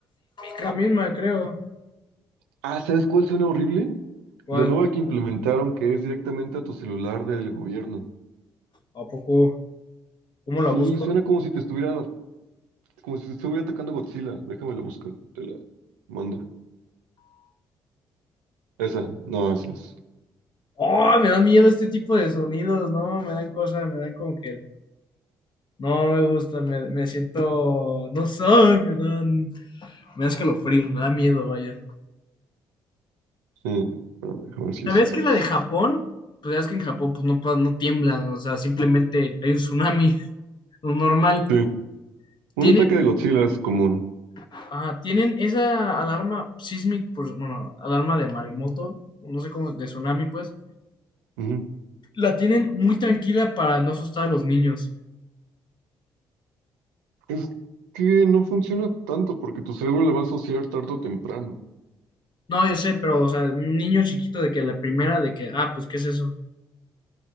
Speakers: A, on the left; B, on the right.
A: La misma, creo.
B: Ah, ¿sabes cuál suena horrible?
A: ¿Cuál?
B: La nueva que implementaron que es directamente a tu celular del gobierno.
A: ¿A poco? ¿Cómo la
B: Sí,
A: busco?
B: suena como si te estuviera Como si estuviera atacando a Godzilla. Déjame la busco, te la mando. Esa, no, esa es.
A: ¡Oh! Me dan miedo este tipo de sonidos, ¿no? Me dan cosas, me dan como que. No me gusta, me, me siento. No sé, me dan. Me da escalofrío, me da miedo, vaya.
B: Sí, pero déjame ver si
A: ¿Sabías
B: esto
A: que la
B: es.
A: de Japón? Pues ya es que en Japón pues no, pa- no tiemblan, o sea, simplemente hay un tsunami, <laughs> lo normal.
B: Sí, un
A: Tienen,
B: ataque de Godzilla es común.
A: ah, tienen esa alarma sísmica, pues, bueno, alarma de maremoto, no sé cómo, de tsunami, pues,
B: Ujú.
A: la tienen muy tranquila para no asustar a los niños.
B: Es que no funciona tanto porque tu cerebro le va a asociar tarde o temprano.
A: No, yo sé, pero, o sea, un niño chiquito de que la primera de que, ah, pues, ¿qué es eso?